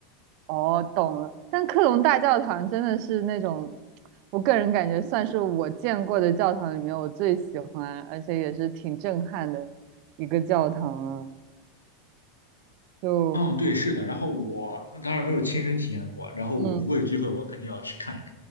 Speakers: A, on the right (about 50°); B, on the left (about 85°).
A: 哦，懂了。但克隆大教堂真的是那种，我个人感觉算是我见过的教堂里面我最喜欢，而且也是挺震撼的一个教堂了。就，
B: 嗯，对，是的。然后我当然没有亲身体验过，然后如果有机会，
A: 嗯，
B: 我肯定要去看一看。